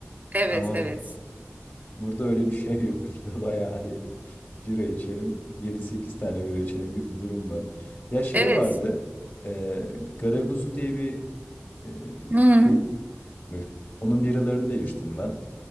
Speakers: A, on the right (about 35°); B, on the left (about 45°).
A: Evet,
B: Ama
A: evet.
B: burada öyle bir şey yok. <laughs> Burada bayağı hani bira içelim, yedi sekiz tane bira içelim gibi bir durum var. Ya şey
A: Evet.
B: vardı, e, Garaguzu diye bir e,
A: Hmm.
B: firmaymış. Onun biralarını da içtim ben.